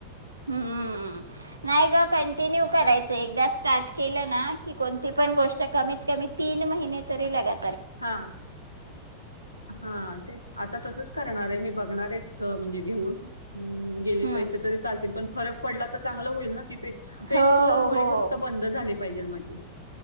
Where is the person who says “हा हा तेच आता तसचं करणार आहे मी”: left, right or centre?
Left